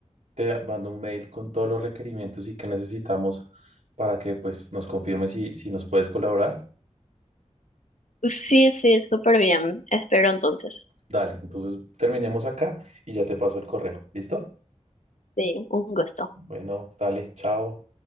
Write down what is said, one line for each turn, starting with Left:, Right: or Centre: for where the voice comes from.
Right: te mando un mail con todos los requerimientos y que necesitamos para que pues nos confirme si, si nos puedes colaborar?
Left: Sí, sí, súper bien. Espero entonces.
Right: Dale, entonces terminemos acá y ya te paso el correo. ¿Listo?
Left: Sí, un gusto.
Right: Bueno, dale, chao.